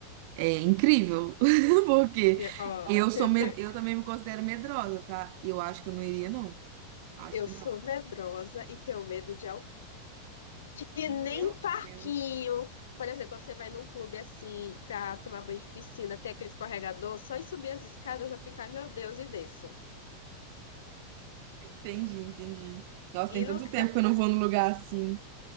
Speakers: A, on the right (about 45°); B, on the left (about 65°).
A: É incrível, <laughs> porque
B: <laughs> Ó,
A: eu
B: <laughs>
A: sou med... eu também me considero medrosa, tá? Eu acho que eu não iria, não. Acho
B: eu
A: que
B: sou
A: não.
B: medrosa e tenho medo de altura. E
A: Meu
B: nem parquinho.
A: Deus.
B: Por exemplo, quando você vai num clube assim, pra tomar banho de piscina, tem aquele escorregador, só em subir as escadas eu já fico, ai meu Deus, e desço.
A: Entendi, entendi. Nossa,
B: E
A: tem tanto
B: nunca.
A: tempo que eu não vou num lugar assim.